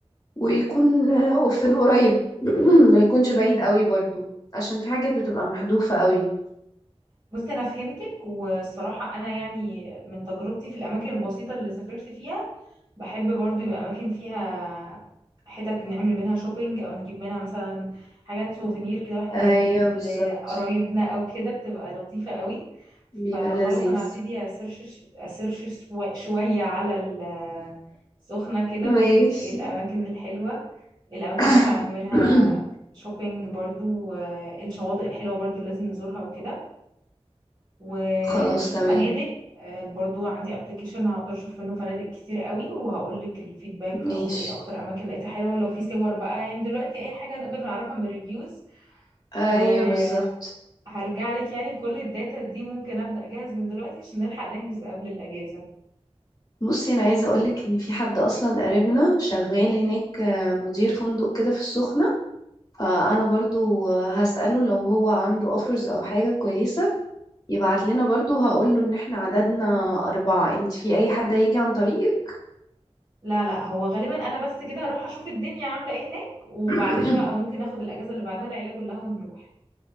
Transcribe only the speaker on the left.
ويكون في القريب <clears throat> ما يكونش بعيد قوي برضو عشان في حاجات بتبقى محذوفة قوي
ايوه
بالظبط
بيبقى
لذيذ
<laughs>
ماشي
<clears throat>
<coughs>
خلاص تمام
ماشي
ايوه
بالظبط
بصي انا عايزه اقولك ان في حد اصلا قريبنا شغال هناك آه، مدير فندق كده في السخنه فانا برضو آه، هسأله لو هو عنده اوفرز او حاجه كويسه يبعت لنا برضو هقوله ان احنا عددنا اربعه انت في اي حد هيجي عن طريقك
<clears throat>
<coughs>